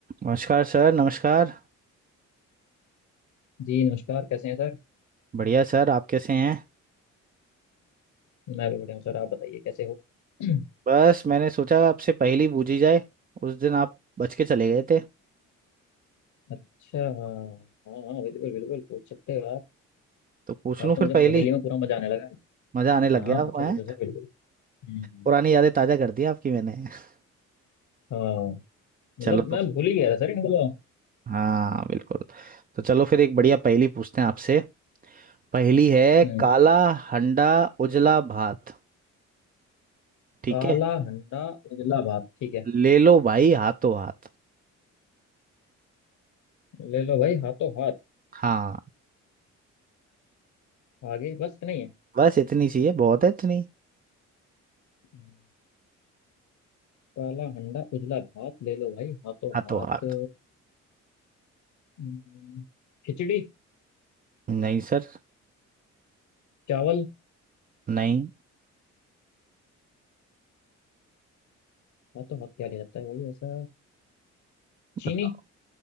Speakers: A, on the right; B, on the left.
A: नमस्कार सर नमस्कार
B: जी नमस्कार कैसे हैं सर
A: बढ़िया सर आप कैसे हैं
B: मैं भी बढ़िया हूँ सर आप बताइए कैसे हो <clears throat>
A: बस मैंने सोचा आपसे पहेली पूछी जाए उस दिन आप बच के चले गए थे
B: अच्छा हाँ हाँ बिल्कुल बिल्कुल पूछ सकते हो आप
A: तो पूछ
B: अब
A: लूं फिर
B: तो मुझे
A: पहेली
B: पहेली में पूरा मजा आने लगा है
A: मजा आने लग
B: हाँ
A: गया
B: पूछो
A: आपको हैं
B: पूछो सर बिल्कुल हम्म,
A: पुरानी यादें ताजा कर दी आपकी मैंने <laughs>
B: हाँ मतलब
A: चलो तो
B: मैं भूल ही गया था सर इनको तो।
A: हाँ बिल्कुल तो चलो फिर एक बढ़िया पहेली पूछते हैं आपसे पहेली है
B: हम्म,
A: काला हंडा उजला भात ठीक
B: काला
A: है
B: हंडा उजला भात ठीक है
A: ले लो भाई हाथों हाथ
B: ले लो भाई हाथों हाथ
A: हाँ
B: आगे बस इतना ही है
A: बस इतनी सी है बहुत है इतनी
B: हम्म, काला हंडा उजला भात ले लो भाई हाथों
A: हाथों
B: हाथ
A: हाथ
B: हम्म, खिचड़ी
A: नहीं सर
B: चावल
A: नहीं
B: हाथों हाथ क्या ले जाता है भाई ऐसा चीनी
A: बताओ